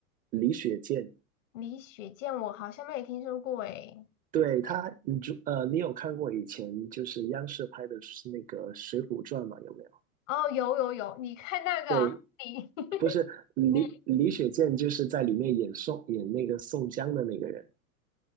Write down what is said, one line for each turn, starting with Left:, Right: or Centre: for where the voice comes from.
Right: 李雪健，
Left: 李雪健，我好像没有听说过哎。
Right: 对他，你就呃，你有看过以前就是央视拍的是那个《水浒传》吗？有没有？
Left: 哦，有有有，你看那个啊你
Right: 对，不是李李雪健就是在里面演宋演那个宋江的那个人。
Left: <laughs> 你